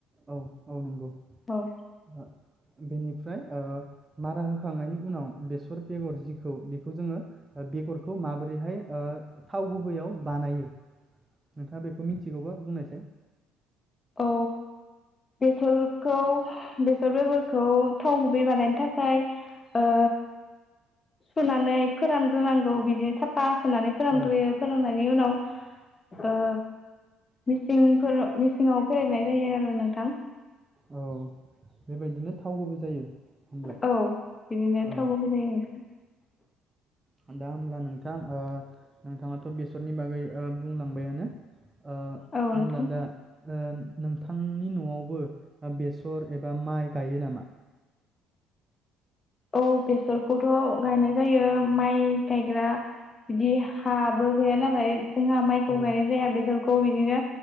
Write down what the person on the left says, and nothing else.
औ
औ बेसरखौ बेसर बेगर खौ थाव गुबै बानायनो थाखा फ्राय ओ सुनानै फोरानग्रोनांगौ बिदि साफा फुनानै फोरानग्रोयो
फोराननाय बिनि उनाव ओ मिंसिंफोर मिसिंङाव फोरेतनाय जायो आरो नोंथां
औ बिदिनो
थाव गुबै जायो नोंथां
औ
नोंथां
औ बेसरखौथ' गायनाय जायो माइ गायग्रा बिदि हाबो गैया नालाय जोंहा माइखौ
गायनाय जाया बेसर खौ बिदिनो